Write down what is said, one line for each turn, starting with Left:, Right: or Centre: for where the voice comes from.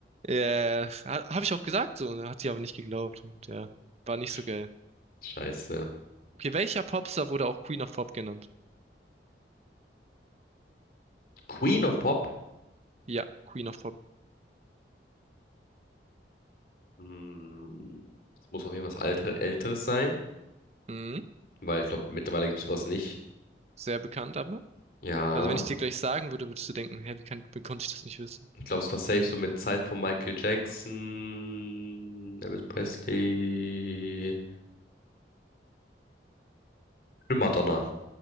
Right: ja, habe ich auch gesagt so, ne? hat sie aber nicht geglaubt und ja, war nicht
Left: Sch-
Right: so geil.
Left: Scheiße.
Right: Okay, welcher Popstar wurde auch Queen of Pop genannt?
Left: Queen of Pop?
Right: Ja, Queen of Pop.
Left: Hm, das muss auf jeden Fall was Alter, Älteres sein,
Right: Mhm,
Left: weil ich glaube, mittlerweile gibt es sowas nicht.
Right: sehr bekannt aber.
Left: Ja.
Right: Also wenn ich dir gleich sagen würde, würdest du denken, hä, wie kann, wie konnte ich das nicht wissen?
Left: Ich glaube, es war safe so mit Zeit von Michael Jackson, Elvis Presley, und Madonna.